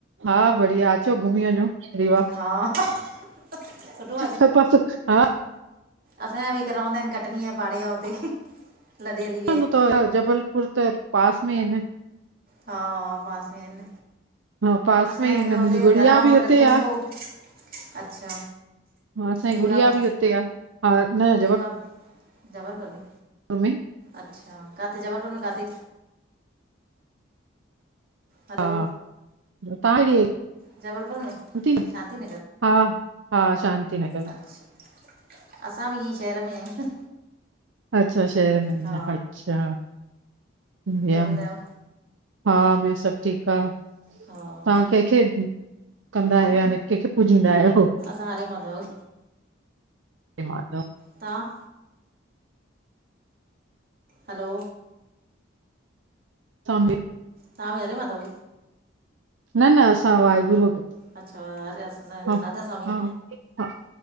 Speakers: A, on the right; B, on the right.
A: हा बढ़िया, अचो घुमी वञो। रीवा,
B: हा सुठो
A: थपस हा
B: असांयां बि हीक रवंदां आहिन, कटनीय पाड़ेया उते। लॾे हली
A: <unintelligible> जबलपुर त, पास में एन।
B: हा पासे एन,
A: हा पास
B: असांए
A: में ई आहिनि मुंहिंजी
B: हुते
A: गुड़िया
B: घर वांगुर
A: बि हुते
B: रिश्तो
A: आ
B: हूंदो ओ। अच्छा,
A: हा असांजी
B: रीवा
A: गुड़िया
B: में,
A: बि हुते आ, हा न
B: रीवा म जबलपुर में।
A: तमे <unintelligible>
B: अच्छा, काथे, जबलपुर में काथे? हलो
A: हा, तां केङिए,
B: जबलपुर में
A: <unintelligible>
B: शांति
A: हां। हा, शांति लाए
B: अच्छ, असां ॿि ईअंई शहर में आहियूं
A: अच्छा, शहर में
B: हा
A: अच्छा बियो,
B: ॿियो ॿुधायो
A: हा ॿियो सभ ठीक आ
B: हा
A: तां खे कहिखे कंदा आहियो, यानी कंहिंखे पूजींदा आहियो?
B: हरे माधव
A: हरे माधव
B: तां? हलो
A: साम <inaudible>
B: तांभी हरे माधव
A: न न, असां वाहेगुरूअ खे
B: अच्छा हरे असां हिन
A: ह
B: राधा स्वामी
A: हां हा